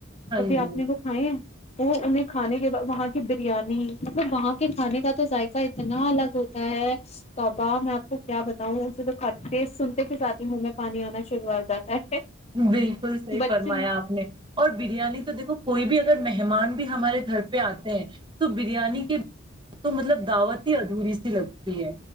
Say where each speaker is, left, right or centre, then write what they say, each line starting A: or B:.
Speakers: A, on the right (about 25°); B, on the left (about 30°).
A: ہاں
B: کبھی
A: جی
B: آپ نے وہ کھائے ہیں وہ انہیں کھانے کے بعد وہاں کی بریانی مطلب وہاں کے کھانے کا تو ذائقہ اتنا الگ ہوتا ہے توابا میں آپ کو کیا بتاؤں اسے تو ٹیسٹ سنتے کے ساتھ ہی ہن میں پانی آنا <unintelligible> شروعاتا ہے <unintelligible>
A: بالکل صحیح
B: بچے
A: فرمایا آپ نے اور بریانی تو دیکھو کوئی بھی <unintelligible> اگر مہمان بھی ہمارے گھر پہ آتے ہیں <unintelligible> تو بریانی کے تو مطلب <unintelligible> دعوت ہی ادھوری سی لگتی ہے